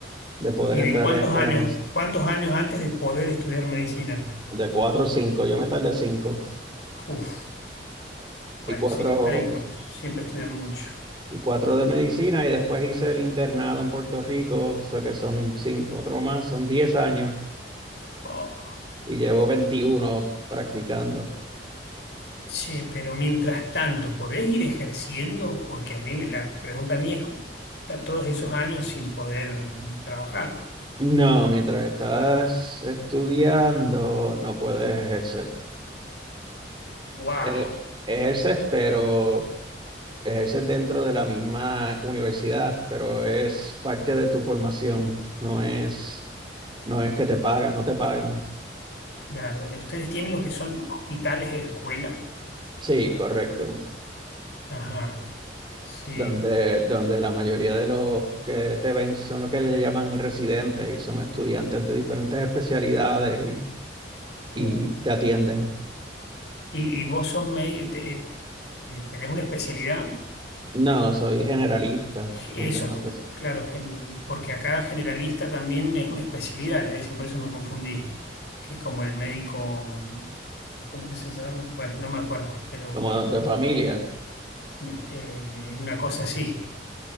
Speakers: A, on the right; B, on the left.
A: de poder
B: ¿Y
A: entrar
B: de cuántos
A: a la escuela
B: años,
A: mes-
B: cuántos años antes de poder estudiar medicina?
A: de cuatro o cinco. Yo me tardé cinco
B: Uf, bueno,
A: y cuatro
B: sí, los médicos siempre estudian mucho.
A: y cuatro de medicina y después hice el internado en Puerto Rico, o sea que son cinco, otro más, son diez años
B: Oh,
A: y llevo 21 practicando.
B: sí, pero mientras tanto, ¿podés ir ejerciendo? Porque a mí, me- la pregunta a mí es, ta- todos esos años sin poder trabajar.
A: No, mientras estás estudiando no puedes ejercer.
B: ¡Wow!
A: Eh, ejerces, pero ejerces dentro de la misma universidad, pero es parte de tu formación, no es, no es que te pagan, no te pagan.
B: Claro, ustedes tienen lo que son hospitales, y escuelas.
A: Sí, correcto.
B: Ajá, sí.
A: Donde, donde la mayoría de los que te ven son lo que le llaman residentes y son estudiantes de diferentes especialidades y, y
B: Bueno.
A: te atienden.
B: Y, y vos sos médico, tenés una especialidad.
A: No, soy generalista,
B: Eso,
A: no tengo espe-
B: claro, gen- porque acá generalista también es una especialidad, le dicen, por eso me confundí, que es como el médico, ¿cómo que se llama? Bueno, no me acuerdo, pero
A: como de familia.
B: eh, una cosa así,